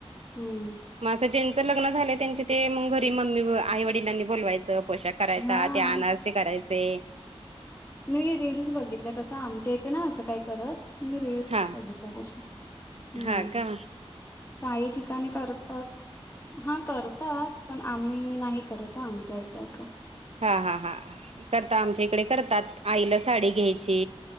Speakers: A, on the left; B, on the right.
A: हम्म.
B: म असं ज्यांचं लग्न झालंय त्यांचे ते म घरी मम्मी आई वडिलांनी बोलवायचं. पोषाख करायचा
A: हा.
B: ते आनरसी करायचे.
A: मी रीलस बघितल्यात तसं आमच्या इथे ना असं काय करत. मी रिस,
B: हा
A: बघीतल्यात अशे, हम्म.
B: हा का
A: काही ठिकाणी करतात, हा करतात. पण आम्ही नाही करत हा आमच्या इथं असं.
B: हा हा हा, करता आमच्या इकडे करतात, आईला साडी घ्यायची.